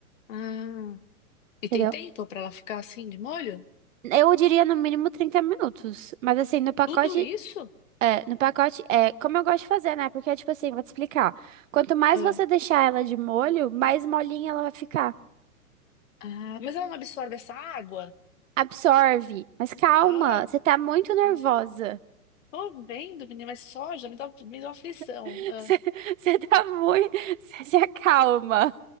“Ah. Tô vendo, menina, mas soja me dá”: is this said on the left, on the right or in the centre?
Left